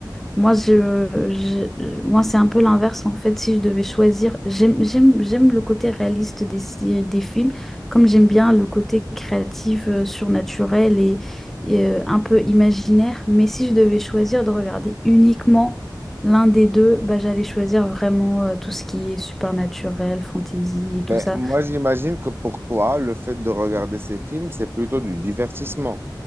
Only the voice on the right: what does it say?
Mais
moi, j'imagine que pour toi, le fait de regarder ces films, c'est plutôt du divertissement.